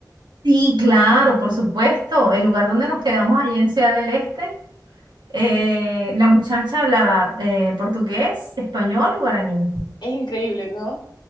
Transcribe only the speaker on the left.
Es increíble, ¿no?